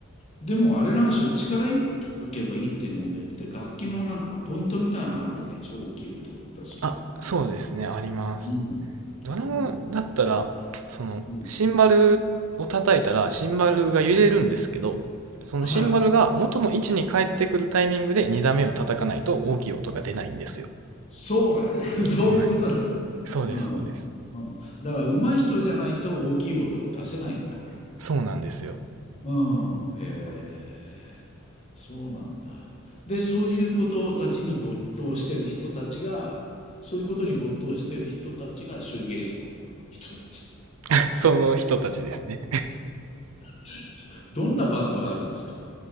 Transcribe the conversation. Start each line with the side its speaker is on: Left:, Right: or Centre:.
Left: でもあれなんでしょう、力一いかけばいいってもんでって、で楽器のなんかポイントみたいなのがあるわけでしょ、大きい音を出すには。
Right: あ、そうですね。あります。
Left: うん。
Right: ドラムだったら、
Left: うん。
Right: そのシンバルを叩いたらシンバルが揺れるんですけど、
Left: うん。
Right: そのシンバルが元の位置に帰ってくるタイミングで2打目を叩かないと大きい音が出ないんですよ。
Left: はい。そうなん <laughs> そういうことなんだね。
Right: はい。そうです、
Left: うん。
Right: そうです。
Left: うん。だから上手い人じゃないと大きい音を出せないんだ。
Right: そうなんですよ。
Left: うん。へえ。そうなんだ。で、そういうことたちに没頭してる人たちが、そういうことに没頭してる人たちがシューゲイズの人たち。
Right: <laughs> その人たちですね。
Left: <laughs> どんなバンドあるんですか